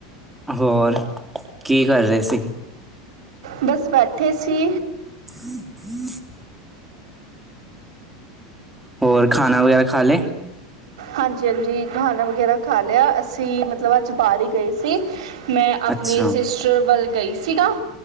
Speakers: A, in the centre; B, on the right.
A: ਹੋਰ ਕੀ ਕਰ ਰਹੇ ਸੀ।
B: ਬਸ ਬੈਠੇ ਸੀ।
A: <unintelligible> ਹੋਰ ਖਾਣਾ ਵਗੈਰਾ ਖਾ ਲੈ।
B: ਹਾਂਜੀ-ਹਾਂਜੀ ਖਾਣਾ ਵਗੈਰਾ ਖਾ ਲਿਆ ਅਸੀਂ ਮਤਲਬ ਅੱਜ ਬਾਰ ਈ ਗਏ ਸੀ। ਮੈਂ ਆਪਣੀ
A: ਅੱਛਾ
B: ਸਿਸਟਰ ਵੱਲ ਗਈ ਸੀਗਾ